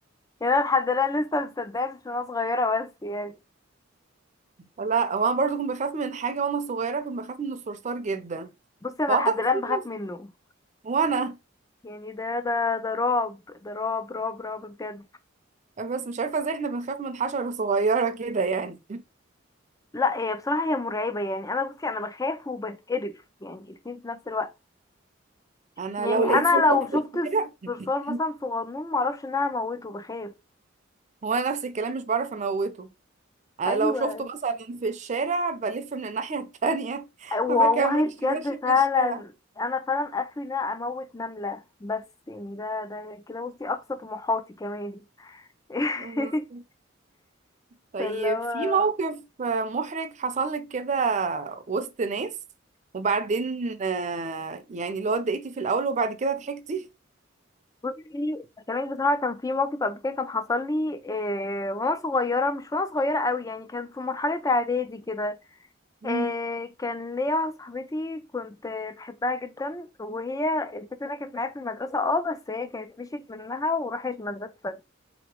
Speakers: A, on the left (about 15°); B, on the right (about 35°).
A: يعني انا لحد الان لسه مصدقه مش وانا صغيره بس يعني
B: لا هو انا برضو كنت بخاف من حاجه وانا صغيره كنت بخاف من الصرصار جدا
A: بصي انا
B: فاعتقد
A: لحد الان
B: في
A: بخاف
B: ناس-
A: منه
B: وانا
A: يعني ده ده ده رعب ده رعب رعب رعب بجد
B: بس مش عارفه ازاي احنا بنخاف من حشره صغيره كده يعني
A: لا هي بصراحة هي مرعبة يعني انا بصي انا بخاف وبتقرف يعني الاتنين في نفس الوقت
B: انا
A: يعني
B: لو لقيت
A: انا
B: صرصار
A: لو شفت
B: في الشارع <laughs>
A: صرصار مثلا صغنون معرفش ان انا اموته بخاف
B: هو أنا نفس الكلام مش بعرف اموته انا
A: ايوه
B: لو شفته مثلا في الشارع بلف من الناحيه التانية <laughs>
A: والله
B: ما بكملش
A: بجد
B: ماشي في
A: فعلا
B: الشارع
A: انا فعلا اخري ان انا اموت نملة بس يعني ده ده كده بصي اقصى طموحاتي كمان
B: بالظبط.
A: <laughs>
B: طيب
A: فاللي هو
B: في موقف محرج حصل لك كده وسط ناس وبعدين آه، يعني اللي هو اتضايقتي في الأول وبعد كده ضحكتي
A: بصي كلامك بصراحة كان في موقف قبل كده كان حصل لي آه وانا صغيرة مش وانا صغيرة قوي يعني كان في مرحلة اعدادي كده
B: مم.
A: آه كان ليا واحدة صاحبتي كنت آه، بحبها جدا وهي الفكرة انها كانت معايا في المدرسة اه بس هي كانت مشيت منها وراحت مدرسة تانية،